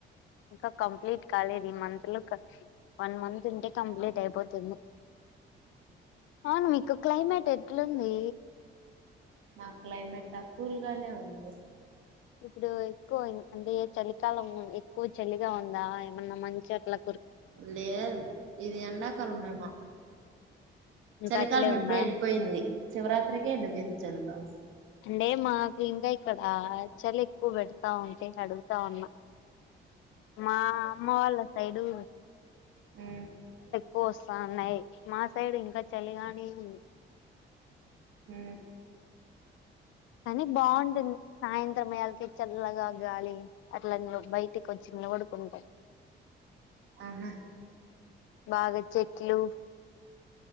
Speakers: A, on the left; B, on the right.
A: ఇంకా కంప్లీట్ కాలేది మంత్లు వన్ మంత్ ఉంటే కంప్లీట్ అయిపోతుంది అవును వికు క్లైమేట్ తెట్లుంది
B: మా క్లైమేట్ కూల్ గానే ఉంది
A: ఇప్పుడు ఎక్కువ అంటే చలికాలం ఎక్కువ చలిగా ఉందా ఏమన్నా మంచట్ల
B: లేద్ ఇది ఎండాకాలమేమొ
A: ఇంకా
B: చలికాలం
A: అట్లే
B: ఎపుడో
A: ఉందా
B: ఎళ్పోయింది శివరాత్రికే ఏలిపోయింద్ చలికామ్స్
A: అంటే మాకు ఇంకా ఇక్కడ చలీ ఎక్కువ పెడతా ఉంటే అడుగుతా ఉన్నా మా అమ్మ వాళ్ళ సైడు
B: ఆ
A: పోస్తన్నాయి మా సైడు ఇంకా చలిగానీ ఉ
B: హ
A: కానీ బాగుంటుంది సాయంత్రం సమయానికే చల్లగా గాలి అట్లా బయటటికి వచ్చిడు నిలబడు ంట
B: అవునాా
A: బాగా చెట్లు